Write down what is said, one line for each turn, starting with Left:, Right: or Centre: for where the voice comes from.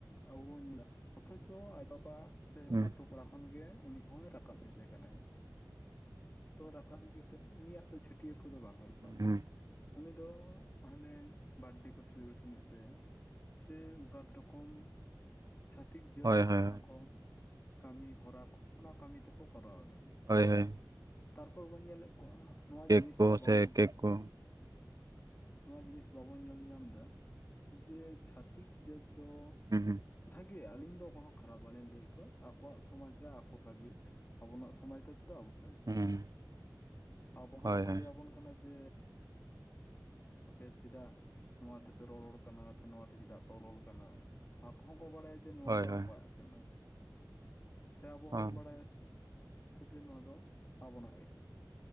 Left: ᱟᱵᱳ ᱵᱳᱱ ᱧᱮᱞ ᱟ ᱚᱛᱷᱚᱪᱚ ᱟᱡ ᱵᱟᱵᱟᱜ ᱛᱮ
Right: ᱦᱩᱸ
Left: ᱟᱛᱳ ᱯᱟᱲᱟ ᱠᱷᱚᱱ ᱜᱮ ᱩᱱᱤ ᱦᱚᱸᱭ ᱨᱟᱠᱟᱵ ᱦᱮᱡ ᱠᱟᱱᱟᱭ ᱛᱚ ᱨᱟᱠᱟᱵ ᱦᱮᱡ ᱠᱟᱛᱮ ᱩᱱᱤᱭᱟᱜ ᱫᱚ ᱪᱷᱟᱹ ᱴᱟᱹᱭᱟᱹᱨ ᱠᱚᱫᱚ ᱵᱟᱝ ᱦᱳᱭᱳᱜ ᱠᱟᱱ ᱛᱟᱭᱟ
Right: ᱦᱩᱸ
Left: ᱩᱱᱤ ᱫᱚ ᱦᱟᱱᱮ ᱵᱟᱨᱰᱮ ᱠᱚ ᱥᱮᱞᱤᱵᱨᱮᱥᱮᱱ ᱮᱫ ᱛᱟᱭᱟ, ᱥᱮ ᱩᱜᱟᱛ ᱨᱚᱠᱚᱢ ᱪᱷᱟᱛᱤᱠ ᱡᱟᱹᱛᱼᱟᱜ
Right: ᱦᱳᱭ ᱦᱳᱭ
Left: ᱡᱟᱦᱟᱸ ᱠᱚ ᱠᱟᱹᱢᱤ ᱦᱚᱨᱟ ᱚᱱᱟ ᱠᱟᱹᱢᱤ ᱛᱮᱠᱚ ᱠᱚᱨᱟᱣᱫᱟ᱾
Right: ᱦᱳᱭ ᱦᱳᱭ
Left: ᱛᱟᱨᱯᱚᱨ ᱵᱚᱱ ᱧᱮᱞᱮᱫ ᱠᱚᱣᱟ ᱱᱚᱣᱟ
Right: ᱠᱮᱠ
Left: ᱡᱤᱱᱤᱥᱴᱟ
Right: ᱠᱚ
Left: ᱵᱟᱵᱚᱱ
Right: ᱥᱮ ᱠᱮᱠ ᱠᱚ
Left: ᱱᱚᱣᱟ ᱡᱤᱱᱤᱥ ᱵᱟᱵᱚᱱ ᱧᱮᱞ ᱧᱟᱢᱫᱟ ᱡᱮ ᱪᱷᱟᱹᱛᱤᱠ ᱡᱟᱹᱛ ᱫᱚ
Right: ᱦᱩᱸ
Left: ᱵᱷᱟᱜᱮᱭᱟ ᱟᱹᱞᱤᱧ ᱫᱚ ᱠᱳᱱᱳ ᱠᱷᱟᱨᱟᱯ ᱵᱟᱞᱤᱧ ᱞᱮᱭᱮᱫ ᱠᱚᱣᱟ ᱟᱠᱚᱣᱟᱜ ᱥᱚᱢᱟᱡᱽ ᱨᱮ ᱟᱠᱚ ᱵᱷᱟᱜᱮ᱾ ᱟᱵᱚᱱᱟᱜ ᱥᱚᱢᱟᱡ ᱛᱮᱫᱚ ᱟᱵᱳ ᱵᱷᱟᱜᱮ
Right: ᱦᱩᱸ
Left: ᱟᱵᱚ ᱦᱚᱸ
Right: ᱦᱳᱭ
Left: ᱵᱟᱠᱚ
Right: ᱦᱳᱭ
Left: ᱞᱟᱹᱭ ᱟᱵᱚᱱ ᱠᱟᱱᱟ ᱡᱮ ᱟᱯᱮ ᱪᱤᱫᱟᱜ ᱱᱚᱣᱟ ᱛᱮᱯᱮ ᱨᱚᱨᱚᱲ ᱠᱟᱱᱟ ᱥᱮ ᱱᱚᱣᱟ ᱛᱮ ᱪᱤᱫᱟᱜ ᱯᱮ ᱚᱞᱚᱞ ᱠᱟᱱᱟ ᱟᱠᱚ ᱦᱚᱸᱠᱚ ᱵᱟᱲᱟᱭᱟ ᱡᱮ ᱱᱚᱣᱟ
Right: ᱦᱳᱭ
Left: ᱫᱚ ᱟᱠᱚᱣᱟᱜ
Right: ᱦᱳᱭ
Left: ᱜᱮ ᱠᱟᱱᱟ ᱥᱮ ᱟᱵᱚ ᱦᱚᱸᱵᱚᱱ
Right: ᱦᱳᱭ
Left: ᱵᱟᱲᱟᱭᱟ ᱡᱮ ᱱᱚᱣᱟ ᱫᱚ ᱟᱵᱚᱱᱟᱜ ᱜᱮ